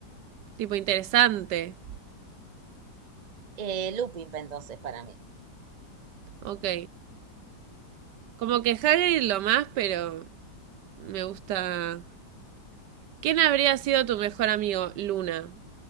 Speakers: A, on the right; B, on the right.
A: Tipo interesante.
B: Eh, Lupin, pa, entonces, para mí.
A: Ok. Como que Hagrid lo más, pero me gusta. ¿Quién habría sido tu mejor amigo? Luna.